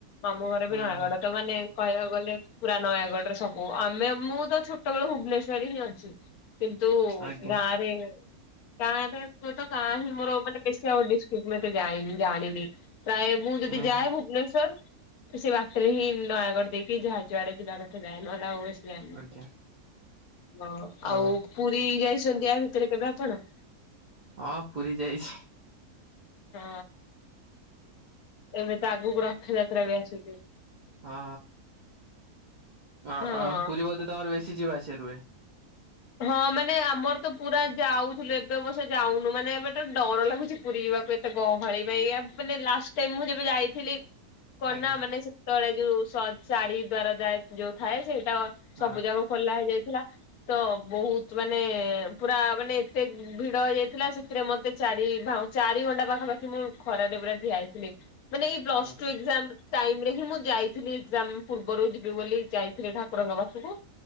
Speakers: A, on the left; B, on the right.
A: ମାମୁଁ ଘର
B: ହୁଁ
A: ବି ନୟାଗଡ
B: ହୁଁ
A: ତ ମାନେ କହିବାକୁ ଗଲେ ପୁରା ନୟାଗଡରେ ସବୁ ଆମେ ମୁଁ ତ ଛୋଟବେଳୁ ଭୁବନେଶ୍ଵରରେ ହିଁ ଅଛି। କିନ୍ତୁ
B: ଆଜ୍ଞା।
A: ଗାଁରେ ଗାଁରେ ତ ଗାଁ ହିଁ ମୋର ମାନେ ବେଶୀ ଆଉ ଡିସ୍କ୍ଟିକ ମୁଁ ଏତେ ଯାଏନି ଜାଣିନି। ପ୍ରାୟ ମୁଁ ଯଦି
B: ହୁଁ
A: ଯାଏ ଭୁବନେଶ୍ଵର ତ ସେ ପାଖରେ ହିଁ ନୟାଗଡ଼ ଦେଇକି ଯାହା ଯୁଆଡେ ଯିବା କଥା ଯାଏ ନହେଲେ ଆଉ ବେଶୀ ଜାଣିନି,
B: ଆଜ୍ଞା
A: ହଁ ଆଉ
B: ଓ
A: ପୁରୀ ଯାଇଛନ୍ତି ୟା ଭିତରେ କେବେ ଆପଣ?
B: ହଁ ପୁରି ଯାଇଛି।
A: ହଁ। ଏବେ ତ ଆଗକୁ ରଥଯାତ୍ରା ବି ଆସୁଛି।
B: ହଁ। ଅ
A: ହଁ।
B: ଅ ପୁରୀ ବୋଧେ ତମର ବେଶୀ ଯିବା ଆସିବା ରୁହେ?
A: ହଁ ମାନେ ଆମର ତ ପୁରା ଯାଉଥିଲୁ ଏବେ ବର୍ଷ ଯାଉନୁ ମାନେ ଏବେ ତ ଡର ଲାଗୁଛି ପୁରୀ ଯିବାପାଇଁ। ଏତେଗହଳି ପାଇ ମାନେ ଲାଷ୍ଟ ଟାଇମ୍ ମୁଁ ଯେବେ ଯାଇଥିଲି କନା
B: ଆଜ୍ଞା
A: ମାନେ ସେତେବେଳେ ଯୋଉ ଶ ଶାଢୀ ଦ୍ଵାରା ଯାଏ ଯୋଉ ଥାଏ ସେଇଟା ସବୁ
B: ହଁ
A: ଯାକ ଖୋଲା ହେଇଯାଇଥିଲା ତ ବହୁତ ମାନେ ପୁରା ମାନେ ଏତେ ଭିଡ ହେଇ ଯାଇଥିଲା ସେଥିରେ ମତେ ଚାରି ଭାଉ ଚାରି ଘଣ୍ଟା ପାଖାପାଖି ମୁଁ ଖରାରେ ପୁରା ଠିଆ ହେଇଥିଲି। ମାନେ ଏଇ ପ୍ଲସ୍
B: ଓହୋ
A: ଟୁ ଏକ୍ସାମ୍ ଟାଇମ୍ ରେ ହିଁ ମୁଁ ଯାଇଥିଲି ଏକ୍ସାମ ପୂର୍ବରୁ ଯିବି ବୋଲି ଯାଇଥିଲି ଠାକୁରଙ୍କ ପାଖକୁ,